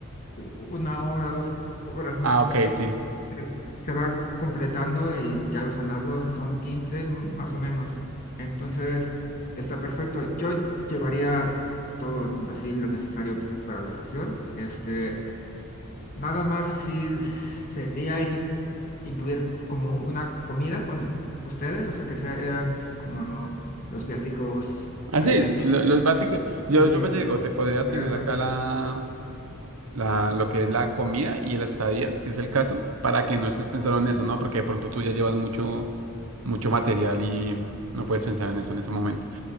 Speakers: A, on the left; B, on the right.
A: u- una hora, dos horas más.
B: Ah, ok, sí.
A: Se se va completando y ya no son las 12, son 15 más o menos. Entonces, está perfecto. Yo llevaría todo así lo necesario para la sesión. Este, Nada más sí sería in- incluir como una comida con ustedes, o sea, que sean como los viáticos
B: Ah, sí,
A: alimenticios
B: lo- los váticos, yo,
A: y
B: yo pues, digo, te podría
A: comida
B: tener
A: toda.
B: acá la, la, lo que es la comida y el estadía, si es el caso, para que no estés pensando
A: Vale,
B: en eso, ¿no? Porque de pronto tú ya llevas mucho, mucho material y no puedes pensar en eso en ese momento.